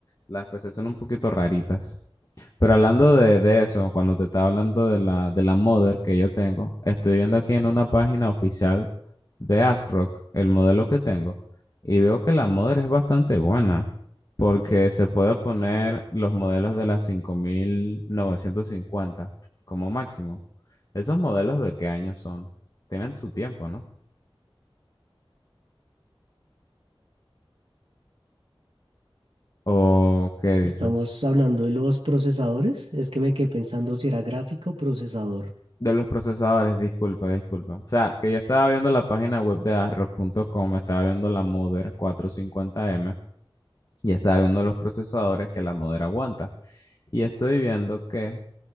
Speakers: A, on the left; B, on the right.
A: las PC son un poquito raritas. Pero hablando de, de eso, cuando te estaba hablando de la, de la modder que yo tengo, estoy viendo aquí en una página oficial de ASRock el modelo que tengo y veo que la modder es bastante buena porque se puede poner los modelos de las 5950 como máximo. ¿Esos modelos de qué año son? Tienen su tiempo, ¿no? ¿O qué dices?
B: Estamos hablando de los procesadores, es que me quedé pensando si era gráfica o procesador.
A: De los procesadores, disculpa, disculpa. O sea, que yo estaba viendo la página web de ASRock.com, estaba viendo la Mother 450M y estaba viendo los procesadores que la Mother aguanta. Y estoy viendo que